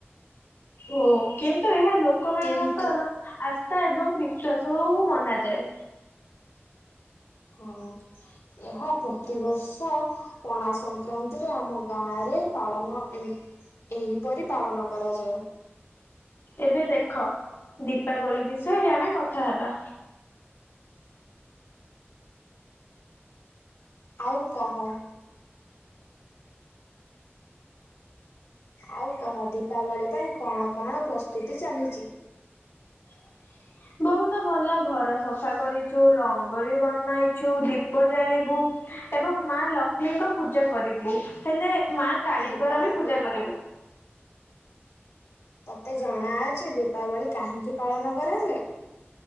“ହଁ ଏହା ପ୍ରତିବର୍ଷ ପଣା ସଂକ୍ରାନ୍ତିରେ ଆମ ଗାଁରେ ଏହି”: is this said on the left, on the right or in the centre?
Left